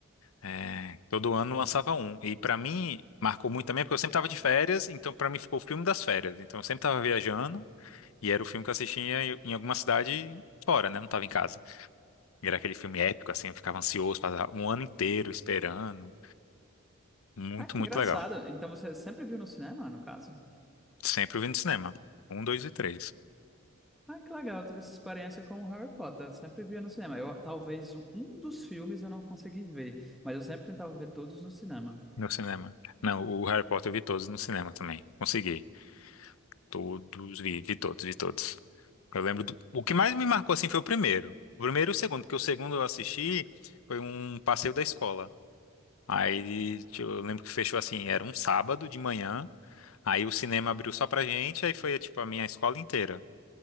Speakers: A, on the left; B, in the centre.
A: É, todo ano lançava um. E pra mim marcou muito também porque eu sempre tava de férias, então pra mim ficou o filme das férias. Então eu sempre tava viajando e era o filme que eu assistia em em alguma cidade fora, né? Não tava em casa. E era aquele filme épico assim, eu ficava ansioso, passava um ano inteiro esperando. Muito,
B: Ah, que
A: muito
B: engraçado.
A: legal.
B: Então você sempre viu no cinema, no caso?
A: Sempre eu vi no cinema. Um, dois e três
B: Ah, que legal, eu tive essa experiência com o Harry Potter. Sempre via no cinema. Eu, talvez um dos filmes eu não consegui ver, mas eu sempre tentava ver todos no cinema.
A: no cinema. Não, o Harry Potter eu vi todos no cinema também. Consegui. Todos, vi, vi todos, vi todos. Eu lembro do... O que mais me marcou, assim, foi o primeiro. O primeiro e o segundo, porque o segundo eu assisti foi um passeio da escola. Aí, tipo, eu lembro que fechou assim, era um sábado de manhã, aí o cinema abriu só pra gente, aí foi, tipo, a minha escola inteira.